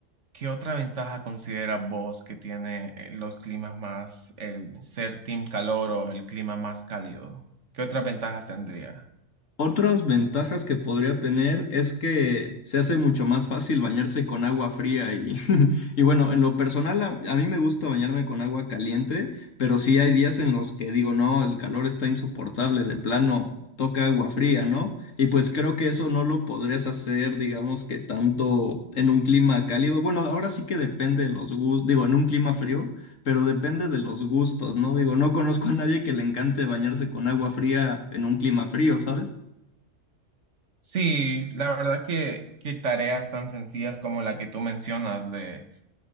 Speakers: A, on the right; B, on the left.
A: ¿qué otra ventaja considera vos que tiene eh, los climas más, el ser team calor o el clima más cálido? ¿Qué otras ventajas tendría?
B: Otras ventajas que podría tener es que se hace mucho más fácil bañarse con agua fría y, <laughs> y bueno, en lo personal a, a mí me gusta bañarme con agua caliente, pero sí hay días en los que digo, no, el calor está insoportable, de plano toca agua fría, ¿no? Y pues creo que eso no lo podrías hacer, digamos que tanto en un clima cálido. Bueno, ahora sí que depende de los gustos, digo, en un clima frío, pero depende de los gustos, ¿no? Digo, no conozco a nadie que le encante bañarse con agua fría en un clima frío, ¿sabes?
A: Sí, la verdad que, que tareas tan sencillas como la que tú mencionas de,